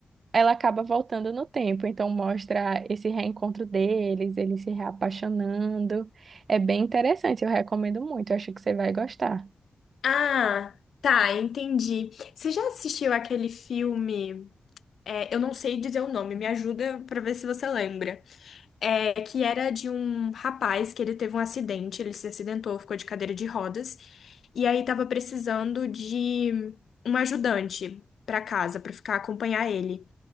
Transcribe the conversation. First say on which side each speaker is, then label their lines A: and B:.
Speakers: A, on the right (about 70°); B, on the left (about 80°).
A: ela acaba voltando no tempo, então mostra esse reencontro deles, eles se reapaixonando. É bem interessante, eu recomendo muito, eu acho que você vai gostar.
B: Ah, tá, entendi. Você já assistiu aquele filme? é, eu não sei dizer o nome, me ajuda pra ver se você lembra. É, que era de um rapaz que ele teve um acidente, ele se acidentou, ficou de cadeira de rodas, e aí tava precisando de um ajudante pra casa, pra ficar acompanhar ele.